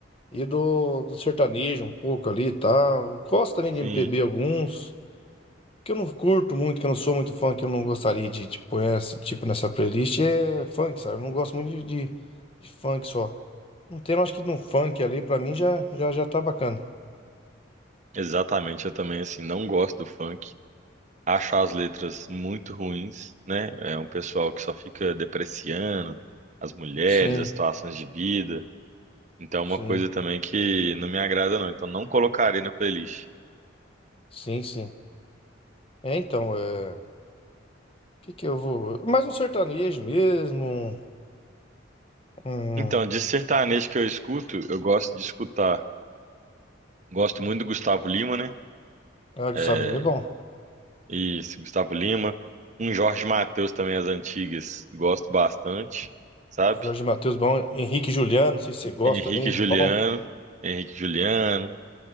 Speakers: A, on the left (about 30°); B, on the right (about 35°).
A: E do, do sertanejo um pouco ali e tal. Gosto também
B: Sim,
A: de MPB alguns. Que eu não curto muito, que eu não sou muito fã, que eu não gostaria de, de pôr esse tipo nessa playlist é funk, sabe? Eu não gosto muito de, de, de funk só. Um tema, acho que de um funk ali, pra mim já, já, já tá bacana.
B: exatamente. Eu também, assim, não gosto do funk. Acho as letras muito ruins, né? É um pessoal que só fica depreciando as mulheres,
A: Sim,
B: as situações de vida. Então, é
A: sim.
B: uma coisa também que não me agrada, não. Então, não colocarei na playlist.
A: Sim, sim. É, então, é... O que que eu vou... Mais um sertanejo mesmo, um... um-
B: Então, de sertanejo que eu escuto, eu gosto de escutar. Gosto muito do Gustavo Lima, né?
A: Ah, Gustavo
B: eh,
A: Lima é bom.
B: Isso, Gustavo Lima. Um Jorge Mateus também, as antigas, gosto bastante, sabe?
A: Jorge Mateus é bom. Henrique e Juliano, não sei se você gosta
B: Henrique
A: também,
B: e Juliano,
A: bom.
B: Henrique e Juliano,